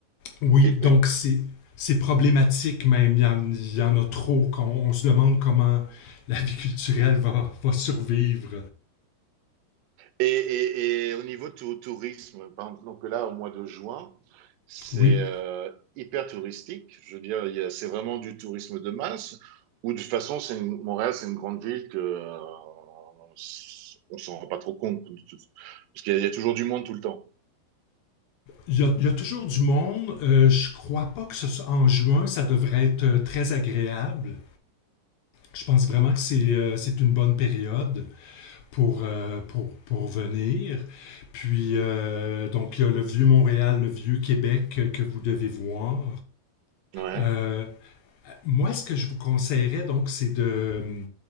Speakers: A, on the left (about 70°); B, on the right (about 85°).
A: Oui,
B: Et,
A: donc c'est c'est problématique même. Il y en, il y en a trop. qu'on- On, se demande comment la vie culturelle va, va survivre.
B: et, et- et au niveau tou- tourisme, par exemple, donc là, au mois de juin, c'est
A: Oui.
B: euh, hyper touristique. Je veux dire, il y a- c'est vraiment du tourisme de masse, ou de toute façon, c'est une- Montréal, c'est une grande ville que euh, on s- on s'en rend pas trop compte, parce qu'il y, a il y a toujours du monde tout le temps.
A: Il y, a, il y a toujours du monde. Euh, je crois pas que ce soit en juin, ça devrait être euh, très agréable. Je pense vraiment que c'est euh, c'est une bonne période. pour, euh, pour, pour venir. Puis, euh, donc, il y a le vieux Montréal, le vieux Québec que vous devez voir.
B: Ouais,
A: Euh, moi, ce que je vous conseillerais, donc, c'est de, euh,